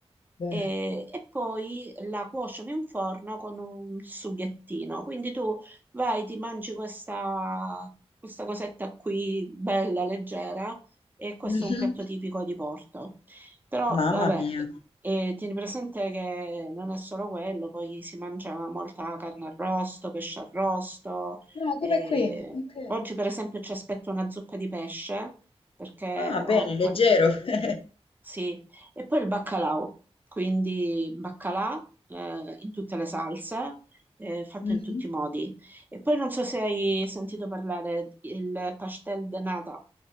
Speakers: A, on the left; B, on the right.
A: Beh.
B: e,
A: <laughs>
B: e poi la cuociono in forno con un sughettino. Quindi tu vai, ti mangi questa, questa cosetta qui, bella, leggera, e questo
A: Mhm.
B: è un piatto tipico di Porto. Però,
A: Mamma
B: vabbè,
A: mia.
B: e tieni presente che non è solo quello, poi si mangia molta carne arrosto, pesce arrosto,
A: No,
B: e
A: come qui? Ok.
B: oggi, per esempio, ci aspetto una zuppa di pesce perché
A: Ah, bene,
B: ho,
A: leggero.
B: guard-
A: <laughs>
B: sì, e poi il baccalà, quindi baccalà eh, in tutte le salse, eh, fatto
A: Mh-mh.
B: in tutti i modi. E poi non so se hai sentito parlare il pastel de nata,